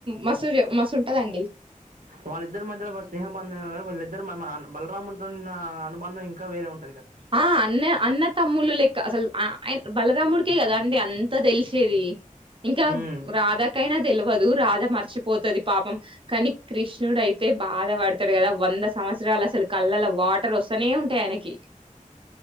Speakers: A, on the right; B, on the right.
A: మస్త్ మస్త్ ఉంటాదండి
B: వాళ్ళిద్దరి మధ్యలో ఒక స్నేహ బంధం గారు వళ్ళద్దరి మనన్నారు బలరాముతో ఉన్నా అనుబధం ఇంకా వేరే ఉంన్
A: ఆ అన్న అన్న తమ్ములు లెక్క అసలు బలరాముడికే కదా అండి అంత అత్త తెలిసేది ఇంకా
B: ఉమ్
A: రాదాకైనా తెలియదు బాధ మర్చిపోతుంది పాపం కానీ కృష్ణుడు అయితే బాధ పడతాడు కదా వంద సంవత్సరాలు అసలు కళ్ళల వాటర్ వస్తనే ఉంటాయి ఆయనకి